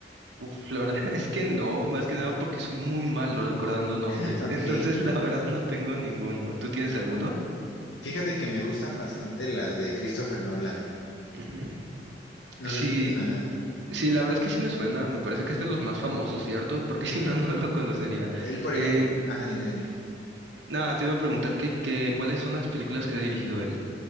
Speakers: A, on the right; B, on the left.
A: Uf, la verdad <laughs> es que no, más que nada porque soy muy malo recordando nombres.
B: <laughs> Ok,
A: <laughs> Entonces, la verdad no tengo ninguno. ¿Tú tienes alguno?
B: fíjate que me gustan bastante las de Christopher Nolan,
A: Ujú.
B: no
A: Sí,
B: sé si te suena.
A: Sí, la verdad es que sí me suena, me parece que es de los más famosos, ¿cierto? Porque <laughs> si no, no lo conocería.
B: Él, por
A: Eh,
B: ejemplo, ajá, dime, dime.
A: nada, te iba a preguntar que, que, ¿cuáles son las películas que ha dirigido él?